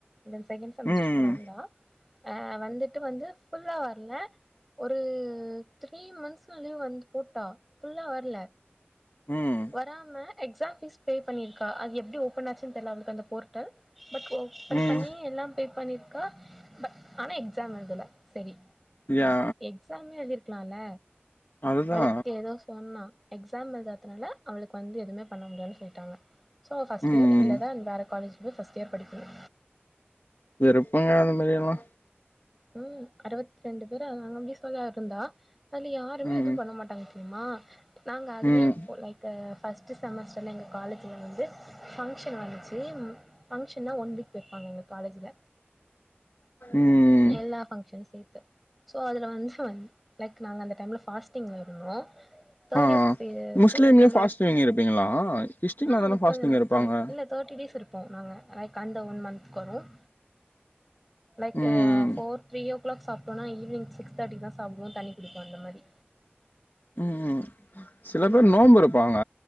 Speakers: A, in the centre; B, on the left.
A: தென் செகண்ட் செமஸ்டருக்கு
B: ம்
A: வந்தா அ வந்துட்டு வந்து ஃபுல்லா வர்ல ஒரு த்ரீ மந்த்ஸுல லீவ் வந்து போட்டா ஃபுல்லா வர்ல
B: ம்
A: வராம எக்ஸாம் பீஸ் பே பண்ணிருக்கா அது எப்டி ஓபன் ஆச்சுன்னு தெரில அவளுக்கு அந்த போர்ட்டல் பட் ஓபன்
B: ம்
A: பண்ணி எல்லா பே பண்ணிருக்கா ப ஆனா எக்ஸாம் எதுல செரி
B: யா
A: மோஸ் எக்ஸாமே எழுதிருக்கலால்ல
B: அதுதா
A: அழுத் ஏதோ சொன்னா எக்ஸாம் எழுததுனால அவளுக்கு வந்து எதுவுமே பண்ண முடியாதுன்னு சொல்லிட்டாங்க ஸோ ஃபஸ்ட்
B: ம்
A: இயர் இல்ல தா வேற காலேஜ்ல ஃபஸ்ட் இயர் படிக்கனு
B: இருப்பங்க அந்த மாரி எல்லா
A: ம் அறுபத்தி ரெண்டு பேர்அங்க <unintelligible> இருந்தா அதுல யாருமே
B: ம்
A: எதுவு பண்ண மாட்டாங்க ம்மா நாங்க அதுலே
B: ம்
A: ப் லைக்கு ஃபஸ்ட்டு செமஸ்டர்ல எங்க காலேஜ்ல வந்து ஃபங்க்ஷன் வந்துச்சிம் ஃபங்க்ஷன்னா ஒன் வீக் வெப்பாங்க எங்க காலேஜ்ல
B: ம்
A: எல்லா ஃப்ஷன்ஸே சோ அதுல வந்துன் லைக் நாங்க அந்த டைம்ல ஃபாஸ்டிங் இருந்தோ தேர்ட்
B: ஆ
A: இயர்ஸு
B: முஸ்லீம்லயு
A: சீன் எங்களோட
B: ஃபாஸ்டிங்
A: சீன்
B: இருப்பீங்களா கிறிஸ்டின்ல
A: ஆ
B: தான
A: முப்பது
B: ஃபாஸ்டிங்
A: நாத்த
B: இருப்பாங்க
A: இல்ல தேர்ட்டி டேஸ் இருப்போ நாங்க ஆக் கந்த ஒன் மந்த்த்க்கு வரும் லைக்கு
B: ம்
A: ஃபோர் த்ரீ ஓ கிளாக் சாப்ட்டோனா ஈவ்னிங் சிக்ஸ் தேர்ட்டி தா சாப்டுவோ தண்ணி குடிப்போ அந்த மாரி
B: ம் சில
A: ம்
B: பேர் நோம்பு இருப்பாங்க